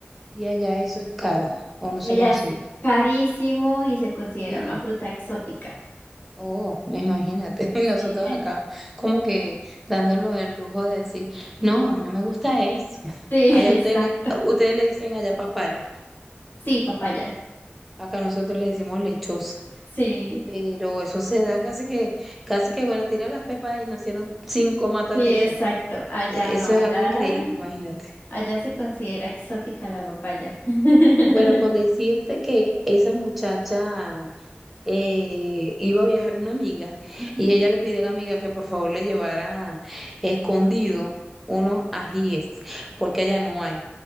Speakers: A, in the centre; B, on the left.
A: Y allá eso es caro o no
B: Ella
A: se consigue.
B: es carísimo y se considera
A: Sí.
B: una fruta exótica.
A: Oh, imagínate, <laughs> nosotros
B: Sí.
A: acá como que dándole el lujo de decir, no, a mí no me gusta eso. <laughs>
B: Sí,
A: Allá
B: <laughs>
A: ustedes
B: exacto.
A: le, ustedes le dicen allá papaya,
B: Sí, papaya.
A: acá nosotros le decimos lechosa.
B: Sí,
A: Pero eso se da casi que, casi que bueno, tira las pepas y nacieron cinco matas
B: sí,
A: de esas.
B: exacto. Allá
A: E,
B: no,
A: Eso
B: allá,
A: es algo increíble, imagínate.
B: allá se considera exótica la papaya. <laughs>
A: Bueno, con decirte que esa muchacha eh, iba a viajar una amiga
B: Ujú,
A: y ella le pidió a la amiga que por favor le llevara escondido unos ajíes, porque allá no hay,